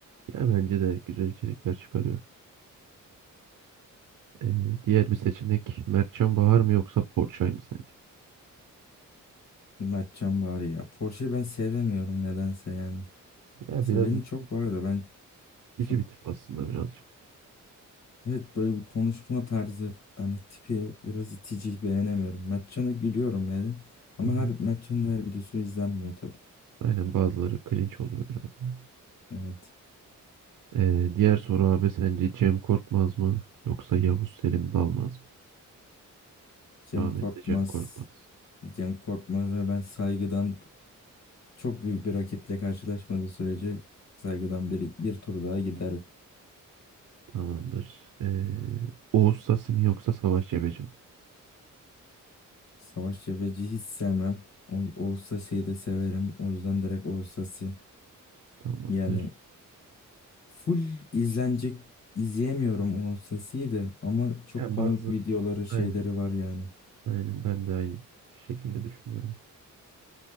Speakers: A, on the right; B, on the left.
A: ya bence de güzel içerikler çıkarıyor. Ee, diğer bir seçenek Mertcan Bahar mı yoksa Porçay mı sence?
B: Mertcan var ya. Porsche'yi ben sevemiyorum nedense yani.
A: Ya
B: Seveni
A: biraz it-
B: çok var da ben
A: İtici
B: çok
A: bir tip aslında birazcık.
B: evet böyle bir konuşma tarzı hani tipi biraz itici beğenemiyorum. Mertcan'a gülüyorum yani. Ama
A: Hı hı.
B: her Mertcan'ın her videosu izlenmiyor tabii.
A: Aynen bazıları cringe oluyor biraz ya.
B: Evet.
A: Ee, diğer soru abi sence Cem Korkmaz mı yoksa Yavuz Selim Dalmaz mı?
B: Cem
A: Rahmetli
B: Korkmaz.
A: Cem Korkmaz.
B: Cem Korkmaz'a ben saygıdan çok büyük bir rakiple karşılaşmadığı sürece saygıdan bir, bir tur daha gider.
A: Tamamdır. Ee, Oğuz Sasi mi yoksa Savaş Cebeci mi?
B: Savaş Cebeci hiç sevmem. O, Oğuz Sasi'yi de severim. O yüzden direkt Oğuz Sasi.
A: Tamamdır.
B: Yani Full izlenecek izleyemiyorum o sesiyi de ama çok
A: Ya
B: komik
A: bazı
B: videoları şeyleri
A: aynen
B: var yani.
A: aynen ben de aynı şekilde düşünüyorum.